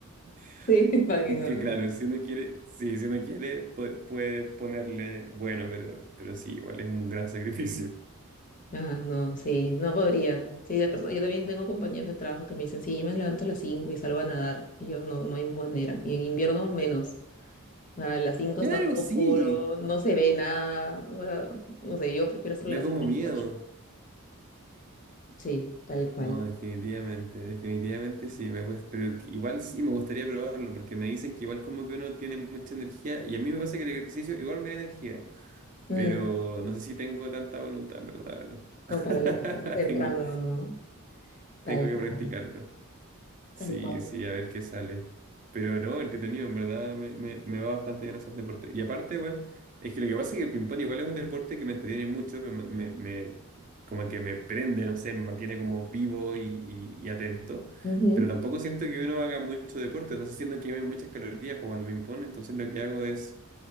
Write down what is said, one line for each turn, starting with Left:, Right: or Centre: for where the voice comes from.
Right: <laughs>
Left: Sí, <laughs> imagino.
Right: que claro, si uno quiere, sí, si uno quiere pu- puede, ponerle bueno, pero, pero sí, igual es un gran sacrificio.
Left: Ah, no, sí, no podría. Sí, las perso- yo también tengo compañeros de trabajo que me dicen, sí, yo me levanto a las 5 y salgo a nadar. Y yo, no, no hay manera. Y en invierno, menos. A las cinco
Right: Claro,
Left: está todo oscuro,
Right: sí.
Left: no se ve nada. o sea, no sé, yo prefiero hacerlo
Right: Da
Left: a las
Right: como
Left: 5.
Right: miedo.
Left: Sí, tal cual.
Right: No, definitivamente, definitivamente sí, me cuesta, pero que- igual sí me gustaría probarlo, porque me dicen que igual como que uno tiene mucha energía, y a mí me pasa que el ejercicio igual me da energía,
Left: Mm,
Right: pero no sé si tengo tanta voluntad, en verdad. ahora mismo.
Left: como
Right: <laughs>
Left: para levantarse temprano,
Right: Tengo,
Left: ¿no?
Right: tengo
Left: Tal
Right: que
Left: cual,
Right: practicarlo. Sí,
Left: tal cual.
Right: sí, a ver qué sale. Pero no, entretenido, en verdad me, me, me va bastante bien hacer deporte. Y aparte, igual, es que lo que pasa es que el ping-pong igual es un deporte que me entretiene mucho, me, me, me- como que me prende, no sé, me mantiene como vivo y, y- y atento.
Left: Ujú.
Right: Pero tampoco siento que uno haga mucho deporte, no sé, siento que queme muchas calorías jugando ping-pong, entonces lo que hago es